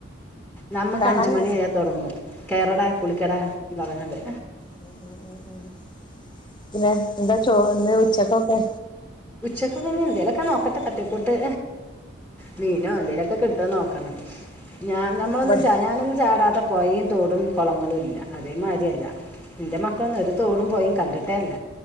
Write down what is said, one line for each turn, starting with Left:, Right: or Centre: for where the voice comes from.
Centre: നമുക്ക്
Left: കാണാഞ്ഞാ
Centre: അഞ്ചുമണിയാ തുടങ്ങും കേറട കുളിക്കട എന്നു പറഞ്ഞാണ്ട്
Left: ഉം ഉം ഉം ഉം പിന്നെ എന്താ ചോ എന്താ ഉച്ചക്കൊക്കെ
Centre: ഉച്ചക്കെപിന്നെ എന്തേലൊക്കെ നോക്കട്ടെ തട്ടിക്കൂട്ട് മീനോ എന്തേലൊക്കെ കിട്ടുവന്ന് നോക്കണം ഞാൻ നമ്മളൊന്നും
Left: ഇവിടെ
Centre: ഞാനൊന്നും ചാടാത്ത പുഴയും തോടും കുളങ്ങളും ഇല്ല അതേമാതിരി അല്ല എൻ്റെ മക്കളൊന്നും ഒരു തോടും പൊയിം കണ്ടിട്ടേല്ല